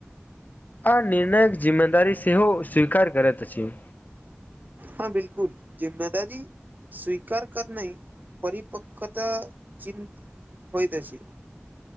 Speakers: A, on the left; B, on the right.
A: आ निर्णयक जिम्मेदारी सेहो स्वीकार करत अछि।
B: हँ बिलकुल जिम्मेदारी स्वीकार करनाइ परिपक्वता चिन्त होइत अछि।